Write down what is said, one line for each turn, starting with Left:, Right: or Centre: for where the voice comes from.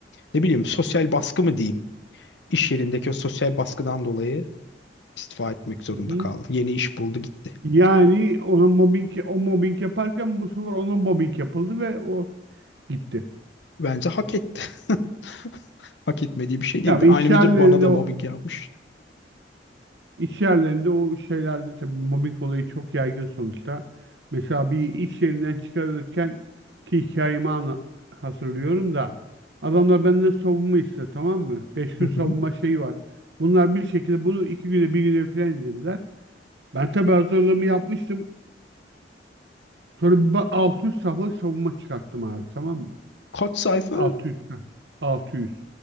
Left: ne bileyim sosyal baskı mı diyeyim? İş yerindeki o sosyal baskıdan dolayı istifa etmek zorunda
Right: Hı hı.
Left: kaldı. Yeni iş buldu gitti.
Right: Yani ona mobbing, o mobbing yaparken bu sefer ona mobbing yapıldı ve o gitti.
Left: Bence hak etti. <laughs> Hak etmediği bir şey değildi.
Right: Ya yani
Left: Aynı
Right: iş
Left: müdür
Right: yerlerinde
Left: bana da
Right: o
Left: mobbing yapmış.
Right: İş yerlerinde o şeylerde tabii mobbing olayı çok yaygın sonuçta. Mesela bir iş yerinden çıkarılırken ki hikayemi anla- hatırlıyorum da adamlar benden savunma istedi tamam mı? Beş gün
Left: Hı hı.
Right: savunma şeyi var. Bunlar bir şekilde bunu iki güne bir güne filan indirdiler. Ben tabii hazırlığımı yapmıştım. Sonra bir ba- 600 sayfalık savunma çıkarttım abi tamam mı?
Left: Kaç sayfa?
Right: 600. heh, 600.